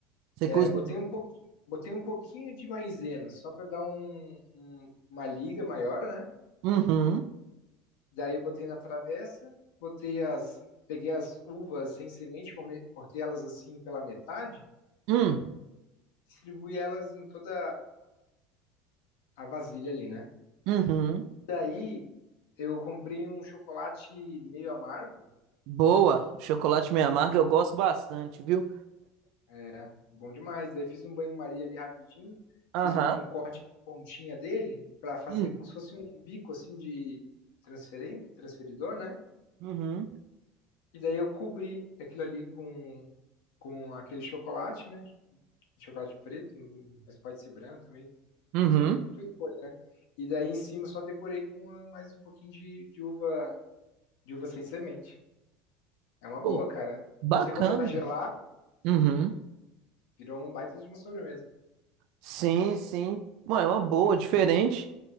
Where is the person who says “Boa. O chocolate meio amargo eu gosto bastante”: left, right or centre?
Right